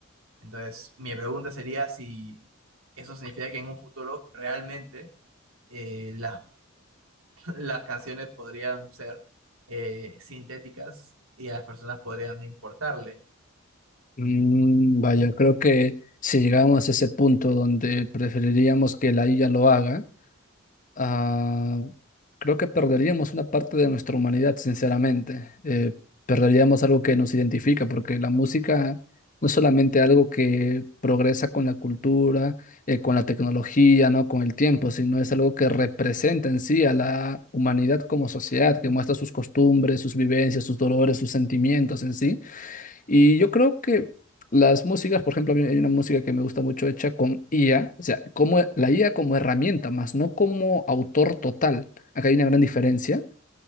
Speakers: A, on the right; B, on the left.
A: Entonces, mi pregunta sería si eso significa que en un futuro realmente eh, las, <laughs> las canciones podrían ser eh, sintéticas y a las personas podrían no importarle.
B: Mm, vaya, creo que si llegamos a ese punto donde preferiríamos que la IA lo haga, Ah, creo que perderíamos una parte de nuestra humanidad, sinceramente. Eh, perderíamos algo que nos identifica, porque la música no es solamente algo que progresa con la cultura, eh, con la tecnología, ¿no? Con el tiempo, sino es algo que representa en sí a la humanidad como sociedad, que muestra sus costumbres, sus vivencias, sus dolores, sus sentimientos en sí. Y yo creo que las músicas, por ejemplo, a mí hay una música que me gusta mucho hecha con IA, o sea, como e- la IA como herramienta, más no como autor total. Acá hay una gran diferencia.